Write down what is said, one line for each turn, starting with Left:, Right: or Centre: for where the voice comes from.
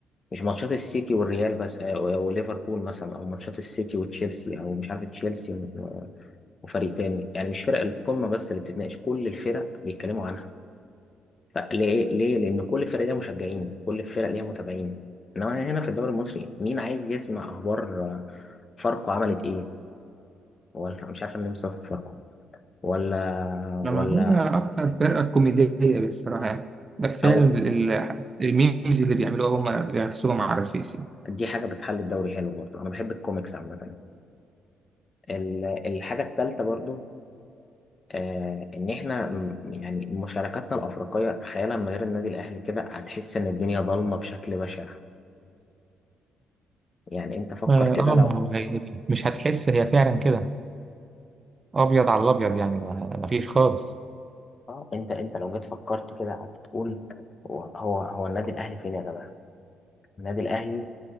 Left: مش ماتشات السيتي والريال بس آه، وليفربول مثلا او ماتشات السيتي وتشيلسي او مش عارف تشيلسي و- وفريق تاني يعني مش فرق القمه بس اللي بتتناقش كل الفرق بيتكلموا عنها فليه ليه لان كل الفرق ليها مشجعين كل الفرق ليها متابعين انما هنا في الدوري المصري مين عايز يسمع اخبار آه، فاركو عملت ايه ولا مش عارف النمسا خسرت فاركو ولا
Right: لما
Left: ولا
Right: هي أكتر فرقة كوميدية بالصراحة يعني ده كفاية
Left: او
Right: ال- ال- الميمز اللي بيعملوها هم بنفسهم على الفيس يعني.
Left: دي حاجه بتحل الدوري حلو برضه انا بحب الكوميكس عامه ال- الحاجه الثالثه برضو آه ان احنا م- يعني مشاركاتنا الافريقيه تخيلها من غير النادي الاهلي كده هتحس ان الدنيا ضلمه بشكل بشع يعني انت فكر
Right: اه
Left: كده لو
Right: آه، ما هو هي مش هتحس هي فعلا كده أبيض على الأبيض يعني ده ده مفيش خالص
Left: اه انت انت لو جيت فكرت كده هتقول هو هو هو النادي الاهلي فين يا جماعه النادي الاهلي